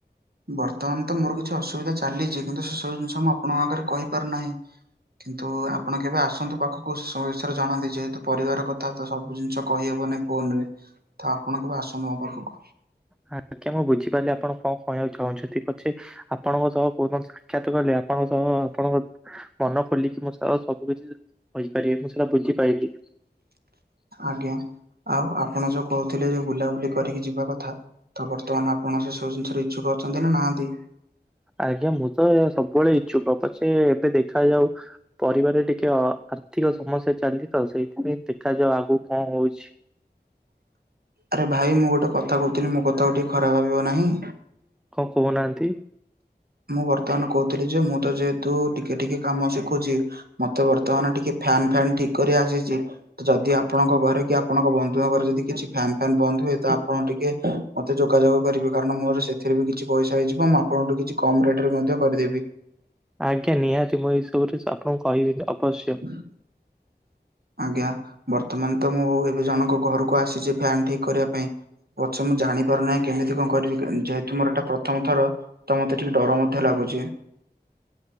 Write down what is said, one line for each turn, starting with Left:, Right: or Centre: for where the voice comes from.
Right: ବର୍ତ୍ତମାନ ତ ମୋର କିଛି ଅସୁବିଧା ଚାଲିଛି କିନ୍ତୁ ସେ ସବୁ ଜିନିଷ ମୁଁ ଆପଣଙ୍କ ଆଗରେ କହିପାରୁ ନାହିଁ। କିନ୍ତୁ ଆପଣ କେବେ ଆସନ୍ତୁ ପାଖକୁୁ ସୋଇଛାରେ ଜାଣନ୍ତି ଯେହେତୁ ପରିବାର କଥା ତ ସବୁ ଜିନିଷ କହିହେବନି। ଫୋନ ରେ ତ ଆପଣ କେବେ ଆସନ୍ତୁ ମୋ ପାଖକୁ?
Centre: ହଁ ଆଜ୍ଞା ମୁଁ ବୁଝିପାରିଲି ଆପଣ କଣ କହିବାକୁ ଚାହୁଁଛନ୍ତି ପଛେ। ଆପଣଙ୍କ ସହ କୋଉ ଦିନ ସାକ୍ଷାତ କଲି ଆପଣଙ୍କ ସହ ଆପଣଙ୍କ ମନ ଖୋଲିକି ମୋ ସହିତ ସବୁ କିଛି କହିପାରିବେ ମୁଁ ସେଟା ବୁଝିପାଇଲିି।
Right: ଆଜ୍ଞା ଆଉ ଆପଣ ଯୋଉ କହୁଥିଲେ ଯେଉ ବୁଲାବୁଲି କରିକି ଯିବା କଥା ତ ବର୍ତ୍ତମାନ ଆପଣ ସେ ସବୁ ଜିନିଷରେ ଇଚ୍ଛୁକ ଅଛନ୍ତି ନା ନାହାନ୍ତି?
Centre: ଆଜ୍ଞା ମୁଁ ତ ଏହା ସବୁବେଳେ ଇଚ୍ଛୁକ ପଛେ ଏବେ ଦେଖାଯାଉ। ପରିବାରରେ ଟିକେ ଆର୍ଥିକ ସମସ୍ୟା ଚାଲିଛି ତ ସେଇଥିପାଇଁ ଦେଖାଯାଉ ଆଗକୁ କଣ ହଉଛି।
Right: ଆରେ ଭାଇ ମୁଁ ଗୋଟେ କଥା କହୁଥିଲି ମୋ କଥାକୁ ଟିକେ ଖରାପ ଭାବିବ ନାହିଁ?
Centre: କଣ କହୁନାହାନ୍ତି?
Right: ମୁଁ ବର୍ତ୍ତମାନ କହୁଥିଲି ଯେ ମୁଁ ତ ଯେହେତୁ ଟିକେ ଟିକେ କାମ ଶିଖୁଛି। ମତେ ବର୍ତ୍ତମାନ ଟିକେ ଫ୍ୟାନ୍ ଫ୍ୟାନ୍ ଠିକ୍ କରି ଆସିଛି ତ ଯଦି ଆପଣଙ୍କ ଘରେ କି ଆପଣଙ୍କ ବନ୍ଧୁଙ୍କ ଘରେ ଯଦି କିଛି ଫ୍ୟାାନ ଫ୍ୟାନ୍ ବନ୍ଦ ହୁଏ ତ ଆପଣ ଟିକେ ମତେ ଯୋଗାଯୋଗ କରିବେ। କାରଣ ମୋର ସେଥିରେ ବି କିଛି ପଇସା ହେଇଯିବ ମୁଁ ଆପଣଠୁ କିଛି କମ ରେଟ୍ ରେ ମଧ୍ୟ କରିଦେବି।
Centre: ଆଜ୍ଞା ନିହାତି ମୁଁ ଏସବୁରେ ଆପଣଙ୍କୁ କହିବି ଅବଶ୍ୟ।
Right: ହ। ଆଜ୍ଞା ବର୍ତ୍ତମାନ ତ ମୁଁ ଏବେ ଜଣଙ୍କ ଘରକୁ ଆସିଛି ଫ୍ୟାନ ଠିକ କରିବା ପାଇଁ। ପଛେ ମୁଁ ଜାଣିପାରୁନାହିଁ କେମିତି କଣ କରିବି ଯେହେତୁ ମୋର ଏଟା ପ୍ରଥମ ଥର ତ ମତେ ଟିକେ ଡର ମଧ୍ୟ ଲାଗୁଚି।